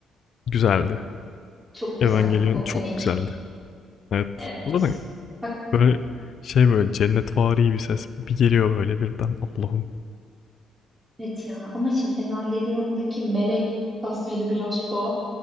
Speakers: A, on the left; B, on the right.
A: Güzeldi.
B: Çok güzel
A: Evangelion
B: bir opening.
A: çok güzeldi. Evet.
B: Evet.
A: O zaten
B: Bak
A: böyle şey böyle cennetvari bir ses bir geliyor böyle birden. Allah'ım.
B: evet ya ama şimdi Evangelion'daki melek tasviri biraz tuhaf